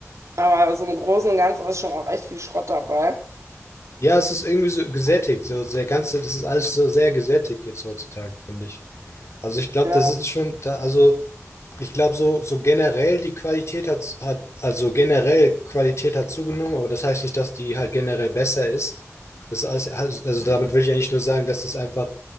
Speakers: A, on the right (about 75°); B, on the left (about 65°).
A: aber so im Großen und Ganzen ist schon auch echt viel Schrott dabei.
B: Ja, es ist irgendwie so gesättigt, so der ganze, das ist alles so sehr gesättigt jetzt heutzutage, finde ich. Also ich glaube,
A: Ja.
B: das ist schon, da, also Ich glaube, so, so generell die Qualität hat, hat, also generell Qualität hat zugenommen, aber das heißt nicht, dass die halt generell besser ist. Das heißt, also also damit will ich ja nicht nur sagen, dass das einfach,